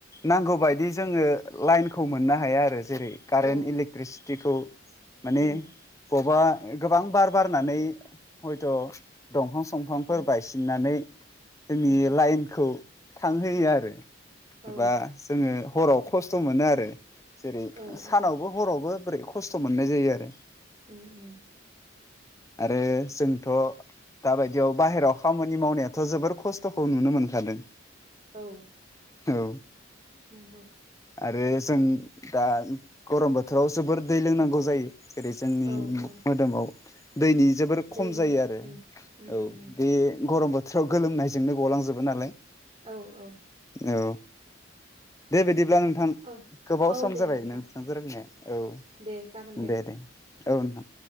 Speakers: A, on the left; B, on the right.
A: नांगौ बायदि जोङो लाइनखौ मोननो हाया आरो जेरै कारेन्ट
B: औ
A: इलेक्ट्रिसिटिखौ माने
B: उम
A: बबेबा गोबां बार बारनानै हयथ' दंफां संफांफोर
B: उम
A: बायसिननानै जोंनि
B: उम
A: लाइनखौ थांहोयो आरो
B: औ
A: एबा जोङो हराव खस्थ' मोनो आरो जेरै
B: औ
A: सानावबो
B: औ
A: हरावबो बोरै खस्थ' मोननाय जायो आरो
B: ओम ओम
A: आरो जोंथ' दाबायदियाव बाहेरायाव खामानि मावनायाथ' जोबोर खस्थ'खौ नुनो मोनखादों
B: औ
A: औ
B: नंगौ
A: आरो जों दा गरम बोथोराव जोबोर दै लोंनांगौ जायो जेरै जोंनि
B: औ औ
A: मोदोमाव दैनि जोबोर
B: दैनि
A: खम जायो आरो
B: उम उम
A: औ
B: उम
A: बे गरम बोथोर थोराव गोलोमनायजोंनो गलांजोबो नालाय
B: औ औ
A: औ दे बिदि ब्ला नोंथां
B: औ
A: गोबाव
B: औ
A: सम
B: दे
A: जाबाय
B: नोंथां
A: नोंथांजों रायनाया औ
B: दे जागोन
A: दे दे औ नोंथां